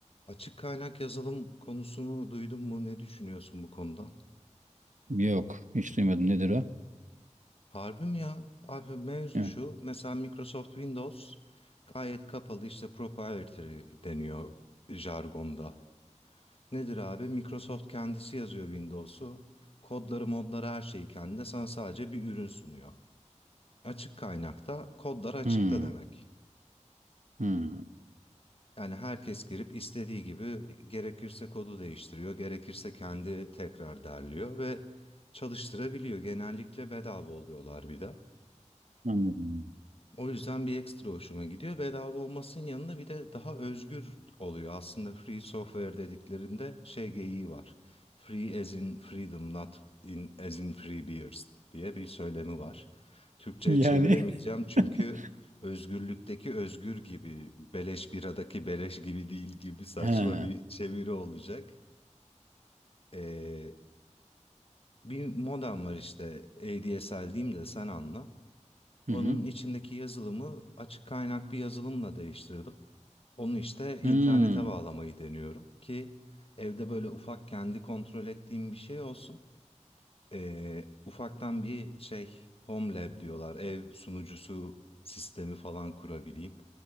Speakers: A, on the left; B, on the right.
A: Açık kaynak yazılım konusunu duydun mu? Ne düşünüyorsun bu konuda?
B: Yok. Hiç duymadım. Nedir o?
A: Harbi mi ya? Abi mevzu
B: Hı.
A: şu. Mesela Microsoft Windows gayet kapalı işte proprietary deniyor jargonda. Nedir abi? Microsoft kendisi yazıyor Windows'u. Kodları, modları her şeyi kendine Sana sadece bir ürün sunuyor. Açık kaynakta kodlar açıkta
B: Hmm.
A: demek.
B: Hmm.
A: Yani herkes girip istediği gibi gerekirse kodu değiştiriyor, gerekirse kendi tekrar derliyor ve çalıştırabiliyor. Genellikle bedava oluyorlar bir de.
B: Anladım.
A: O yüzden bir ekstra hoşuma gidiyor. Bedava olmasının yanında bir de daha özgür oluyor. Aslında free software dediklerinde şey geyiği var. Free as in freedom, not in, as in free beers diye bir söylemi var. Türkçe'ye
B: Yani.
A: Hmm. çeviremeyeceğim çünkü
B: <laughs>
A: özgürlükteki özgür gibi, beleş biradaki beleş gibi değil gibi saçma
B: He. Hı
A: bir çeviri olacak. Ee, bir modem var işte ADSL diyeyim de sen anla.
B: hı.
A: Onun içindeki yazılımı açık kaynak bir yazılımla değiştirdim. Onu işte internete
B: Hmm.
A: bağlamayı deniyorum ki evde böyle ufak kendi kontrol ettiğim bir şey olsun. Ee, ufaktan bir şey home lab diyorlar ev sunucusu sistemi falan kurabileyim.